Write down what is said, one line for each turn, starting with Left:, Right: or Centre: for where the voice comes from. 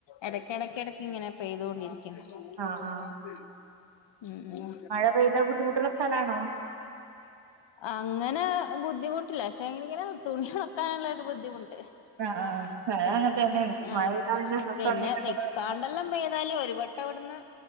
Left: ഇടക്ക് ഇടക്ക് ഇടക്ക് ഇങ്ങനെ പെയ്തൊണ്ടിരിക്കും. <unintelligible>
Right: ആഹ് ആഹ്
Left: ഉം ഉം.
Right: മഴ പെയ്താ ബുദ്ധിമുട്ടുള്ള സ്ഥലാണോ
Left: അങ്ങനെ ബുദ്ധിമുട്ടില്ല പക്ഷെ ങ്കില് ഇങ്ങനെ തുണി ഉണക്കാനുള്ളരു ബുദ്ധിമുട്ട്.
Right: ആഹ് ആഹ് അത് അങ്ങനെ തന്നേണ്
Left: ആഹ്
Right: മഴ പെയ്താ ഡ്രസ്സ്
Left: പിന്നെ
Right: ഒണങ്ങി കിട്ടല്
Left: നിക്കാണ്ടെല്ലാം
Right: വല്യ പണിയന്നെ
Left: പെയ്താല് ഒരുവട്ട ട്ടവ്ട്ന്ന്